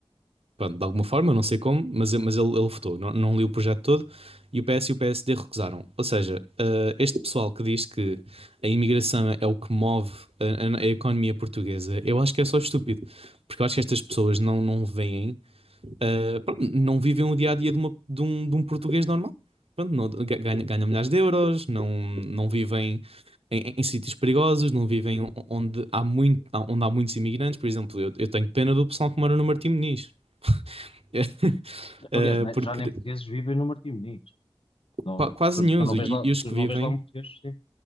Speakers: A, on the right (about 70°); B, on the left (about 60°).
A: Pronto, de alguma forma, não sei como, mas, mas ele, ele votou. Não, não li o projeto todo e o PS e o PSD recusaram. Ou seja, eh, este pessoal que diz que a imigração é o que move a, a- a economia portuguesa, eu acho que é só estúpido. Porque eu acho que estas pessoas não, não veem Uh, pronto, não vivem o dia a dia de, uma- de um, de um português normal. Pronto, não- ganha- ganham milhares de euros, não, não vivem em, em- em sítios perigosos, não vivem onde há, muito, onde há muitos imigrantes. Por exemplo, eu, eu tenho pena do pessoal que mora no Martim Moniz, <laughs> Uh,
B: Aliás, né,
A: porque
B: já nem portugueses vivem no Martim Moniz. Não,
A: qua- quase
B: tu,
A: nenhum,
B: tu não vês
A: e,
B: lá,
A: e os
B: tu
A: que
B: não
A: vivem,
B: vês lá um português, sim.